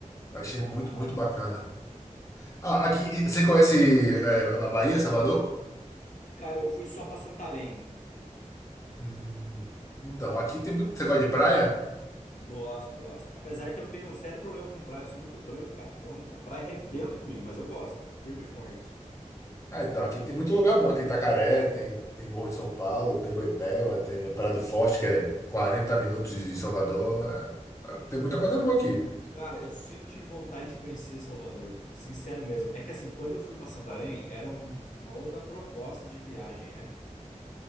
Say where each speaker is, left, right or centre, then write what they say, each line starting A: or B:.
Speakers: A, on the left; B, on the left.
A: Achei
B: Ah,
A: muito, muito bacana. Ah, aqui. Você conhece é, a Bahia, Salvador?
B: cara, eu fui só pra Santarém.
A: Hum, então, aqui tem muito. Você gosta de praia?
B: Gosto, gosto. Apesar que eu tenho um sério problema com praia, eu sou muito branco, cara. Então a praia arrebenta comigo, mas eu gosto, firme e forte.
A: Ah, então, aqui tem muito lugar bom. Tem Itacaré, tem, tem Morro de São Paulo, tem Boipeba, tem a Praia do Forte, que é 40 minutos de Salvador. É, é, tem muita coisa boa aqui.
B: Cara, eu sempre tive vontade de conhecer Salvador, sincero mesmo. É que assim, quando eu fui pra Santarém, era um- uma outra proposta de viagem, né?